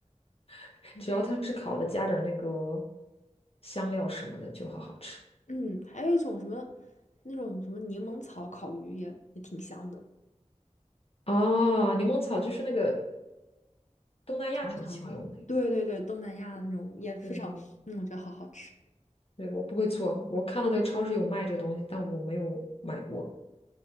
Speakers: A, on the left; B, on the left.
A: <laughs>
B: 嗯，
A: 只要它是烤的，加点儿那个香料什么的就好好吃。
B: 嗯还有一种什么，那种什么柠檬草烤鱼也也挺香的，
A: 哦，柠檬草就是那个东南亚他们喜欢用的那个，
B: 长长的。对对对，东南亚那种也非常，
A: 对，
B: 嗯，我觉得好好吃。
A: 对，我不会做，我看到那个超市有卖这个东西，但我没有买过，